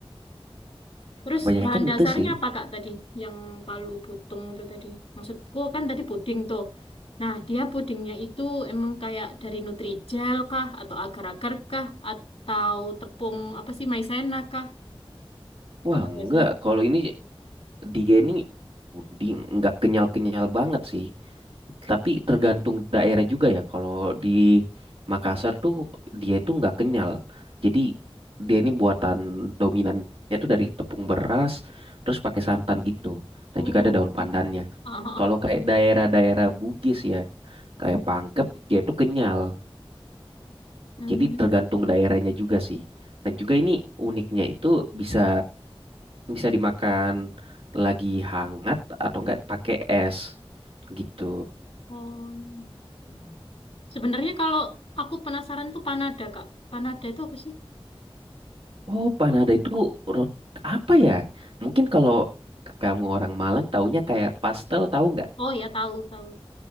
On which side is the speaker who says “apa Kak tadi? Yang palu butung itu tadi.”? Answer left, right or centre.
Left